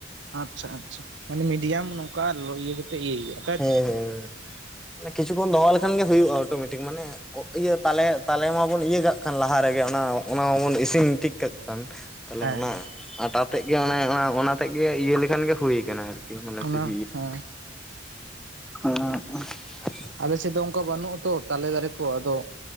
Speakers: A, on the right; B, in the centre.
A: ᱟᱪᱪᱷᱟ ᱟᱪᱪᱷᱟ ᱢᱟᱱᱮ ᱢᱤᱰᱤᱭᱟᱢ ᱱᱚᱝᱠᱟ ᱤᱭᱟᱹ ᱠᱟᱛᱮ ᱤᱭᱟᱹᱭ ᱦᱩᱭᱩᱜᱼᱟ ᱛᱟᱭ
B: ᱦᱮᱸ ᱦᱮᱸ ᱢᱟᱱᱮ ᱠᱤᱪᱷᱩ ᱠᱷᱟᱱ ᱜᱮ ᱦᱩᱭᱩᱜᱼᱟ ᱚᱴᱳᱢᱮᱴᱤᱠ ᱢᱟᱱᱮ ᱤᱭᱟᱹ ᱛᱟᱞᱮ ᱛᱟᱞᱮ ᱢᱟᱵᱚᱱ ᱤᱭᱟᱹ ᱠᱟᱜ ᱠᱟᱱ ᱞᱟᱦᱟ ᱨᱮᱜᱮ ᱚᱱᱟ ᱚᱱᱟ ᱢᱟᱵᱚᱱ ᱤᱥᱤᱱ ᱴᱷᱤᱠ ᱠᱟᱜ ᱠᱟᱱ ᱛᱟᱦᱚᱞᱮ
A: ᱦᱮᱸ
B: ᱚᱱᱟ ᱟᱴᱟ ᱛᱮᱫ ᱜᱮ ᱚᱱᱮ ᱚᱱᱟ ᱚᱱᱟ ᱛᱮᱫ ᱜᱮ ᱤᱭᱟᱹ ᱞᱮᱠᱷᱟᱱ ᱜᱮ ᱦᱩᱭᱩ ᱠᱟᱱᱟ ᱟᱨᱠᱤ ᱢᱟᱱᱮ
A: ᱚᱱᱟ
B: ᱥᱮᱯ
A: ᱦᱮᱸ
B: <unintelligible>
A: ᱟᱞᱮᱥᱮᱫ ᱫᱚ ᱚᱱᱠᱟ ᱵᱟᱹᱱᱩᱜ ᱟᱛᱚ ᱛᱟᱞᱮ ᱫᱟᱨᱮ ᱠᱚ ᱟᱫᱚ